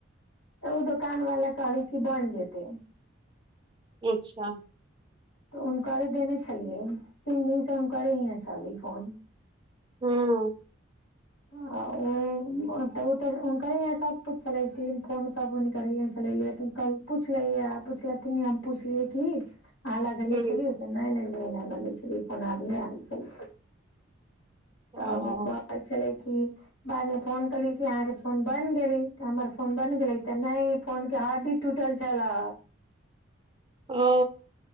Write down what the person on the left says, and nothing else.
तऽ ओ दोकान बला कहलै कि बन जेतै।
तऽ। कल्हि देने छलियै तीन दिन से हुनके ओतय छलै फोन।
<inaudible> आ ओ तऽ हुनकरे हिसाब छले फोन सब लेकिन कल। पुछले पुछल हम पुछलियै की अहा लगेले
छलियै। ल आ नहि नहि आब छल
तब। पाइ छलै की। बाद मे फोन केलियी कि अहाँके फोन बन गेलै हमर फोन बन गेलै तऽ नहि फोन के हडी। टूटल छले।